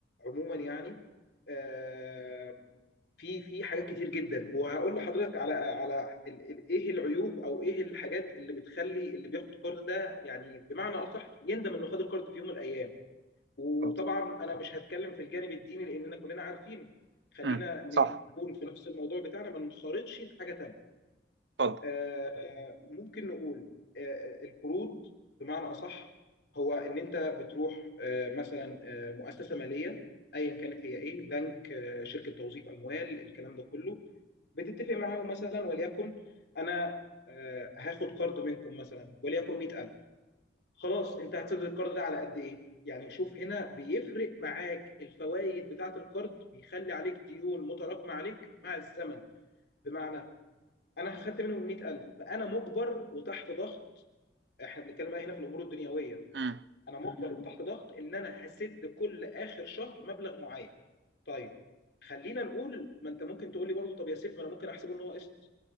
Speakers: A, on the left (about 65°); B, on the right (about 75°).
A: عموما يعني آه، في في حاجات كتير جدا وهقول لحضرتك على على ال- ال- ايه العيوب او ايه الحاجات اللي بتخلي اللي بياخد قرض ده يعني بمعنى اصح يندم انه خد القرض في يوم من الايام وطبعا
B: اتفضل
A: انا مش هتكلم في الجانب الديني لاننا كلنا عارفينه خلينا
B: مم.
A: ن-
B: صح
A: نكون في نفس الموضوع بتاعنا ما نخرطش لحاجه تانيه
B: اتفضل
A: آه، ممكن نقول آه، القروض بمعنى اصح هو ان انت بتروح آه، مثلا آه، مؤسسه ماليه ايا كانت هي ايه بنك آه، شركه توظيف اموال الكلام ده كله بتتفق معاهم مثلا وليكن انا آه، هاخد قرض منكم مثلا وليكن 100000 خلاص انت هتسدد القرض ده على قد ايه يعني شوف هنا بيفرق معاك الفوائد بتاعه القرض بيخلي عليك ديون متراكمه عليك مع الزمن بمعنى انا خدت منهم 100000 فانا مجبر وتحت ضغط احنا بنتكلم بقى هنا في الامور الدنيويه
B: مم.
A: انا مجبر وتحت ضغط ان انا هسد كل اخر شهر مبلغ معين طيب خلينا نقول ما انت ممكن تقول لي برضه طب يا سيف ما انا ممكن احسبه ان هو قسط